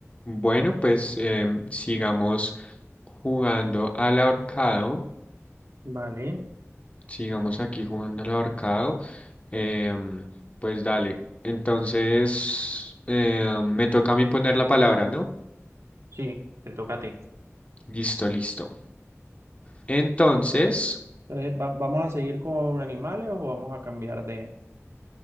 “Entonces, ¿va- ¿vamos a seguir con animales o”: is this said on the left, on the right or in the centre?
Right